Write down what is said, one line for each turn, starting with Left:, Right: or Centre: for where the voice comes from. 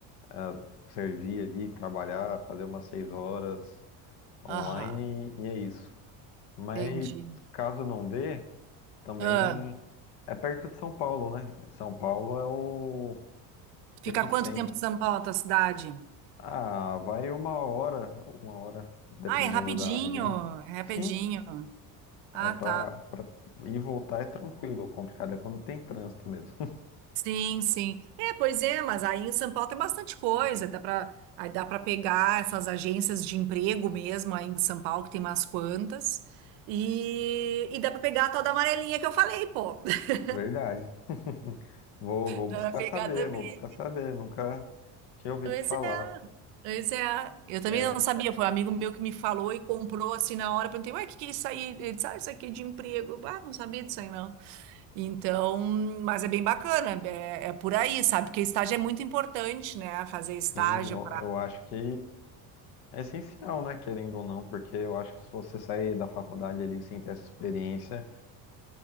Left: ah, servir ali, trabalhar, fazer umas seis horas, online
Right: Aham,
Left: e é isso. Mas
Right: entendi.
Left: caso não dê, também
Right: Ah,
Left: é perto de São Paulo, né? São Paulo é o epicentro.
Right: fica quanto tempo de São Paulo, a tua cidade?
Left: Ah, vai uma hora, uma hora, dependendo
Right: Ah, é rapidinho,
Left: da região.
Right: é rapidinho.
Left: Sim,
Right: Ah,
Left: é pra,
Right: tá.
Left: pra ir e voltar é tranquilo. O complicado é quando tem trânsito mesmo.
Right: Sim, sim. É, pois é, mas aí em São Paulo tem bastante coisa, dá para aí dá para pegar essas agências de emprego mesmo aí em São Paulo, que tem umas quantas. E, e dá para pegar a tal da amarelinha que eu falei, pô. <laughs>
Left: <laughs> Verdade. <laughs> Vou, vou
Right: Dá
Left: buscar
Right: para pegar
Left: saber,
Right: também.
Left: vou buscar saber. Nunca tinha ouvido
Right: Pois
Left: falar.
Right: é. Pois é. Eu também
Left: É,
Right: não sabia, foi um amigo meu que me falou e comprou assim na hora, perguntei, ué, o que que é isso aí? Ele disse, ah, isso aqui é de emprego. Eu, Ah, não sabia disso aí, não. Então, mas é bem bacana, é, é por aí, sabe? Porque estágio é muito importante, né? Fazer estágio,
Left: sim, eu, eu acho que É essencial, né, querendo ou não, porque eu acho que se você sair da faculdade ali sem ter essa experiência,